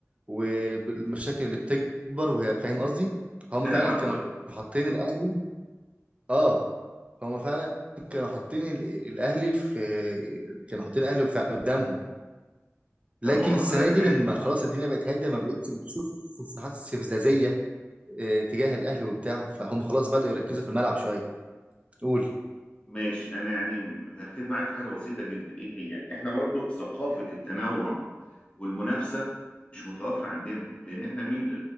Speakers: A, on the right; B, on the left.
A: والمشاكل اللي بتكبر وهي فاهم قصدي هم
B: انا
A: فعلا
B: مع
A: كانوا
B: حضرتك
A: حاطين الاهلي اه هم فعلا كانوا حاطين ال- الاهلي في كانوا حاطين الاهلي في- قدامهم
B: طب
A: لكن
B: ما اقول
A: السنه
B: لحضرتك
A: دي
B: حاجه
A: لما خلاص الدنيا بقت هاديه ما بقتش بتشوف تصريحات استفزازيه آه، تجاه الاهلي وبتاع فهم خلاص بداوا يركزوا في الملعب شويه قول
B: ماشي انا يعني هختلف معاك في حاجه بسيطه جدا ايه هي احنا برضو ثقافه التنوع والمنافسه مش متوفره عندنا لان احنا من